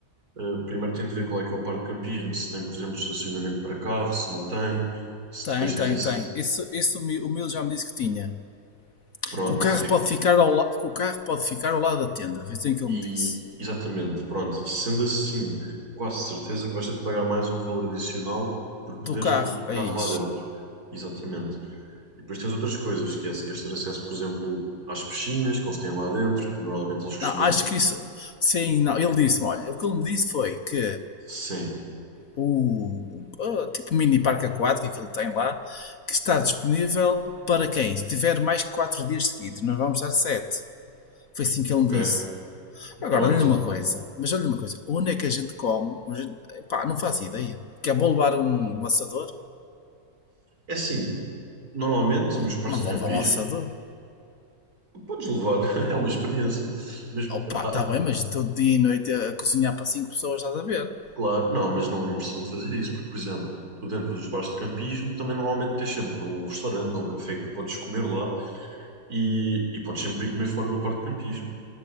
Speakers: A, on the right; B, on the left.
A: Uh, primeiro tem de ver qual é que é o parque de campismo, se tem, por exemplo, estacionamento para carro, se não tem, se
B: tem,
A: depois tens
B: tem,
A: esse.
B: tem. Isso, isso o meu o meu já me disse que tinha.
A: Pronto,
B: Que o carro
A: é-
B: pode ficar ao lado, que o carro pode ficar ao lado da tenda, foi assim que ele
A: e
B: me disse.
A: exatamente, pronto. Sendo assim, quase certeza que vais ter de pagar mais um valor adicional por poderes
B: Do carro,
A: pôr o teu
B: aí.
A: carro lá dentro. Exatamente. E depois tens outras coisas, que é se queres ter acesso, por exemplo, às piscinas que eles têm lá dentro, que normalmente eles costumam
B: Não, acho
A: ter.
B: que isso, sim, não, ele disse-me, olha, o que ele me disse foi que
A: Sim,
B: o, o tipo mini parque aquático que ele tem lá, que está disponível para quem tiver mais que 4 dias seguidos. Nós vamos dar sete Foi assim que ele
A: ok,
B: me disse. Agora,
A: pronto.
B: olha-lhe uma coisa, mas olha-lhe uma coisa, onde é que a gente come? Onde a gente- Pá, não faço ideia. Quer vou levar um um assador?
A: É assim, normalmente
B: Não,
A: nos parques
B: não vou
A: de campismo
B: levar um assador.
A: podes levar, <laughs> é uma experiência, mas
B: Opa,
A: ah,
B: está bem, mas todo dia e noite a cozinhar para 5 pessoas, estás a ver?
A: Claro, não, mas não, não precisam de fazer isso, porque, por exemplo, tu dentro dos bares de campismo também normalmente tens sempre um restaurante ou um café que tu podes comer lá e, e podes sempre ir comer fora do parque de campismo.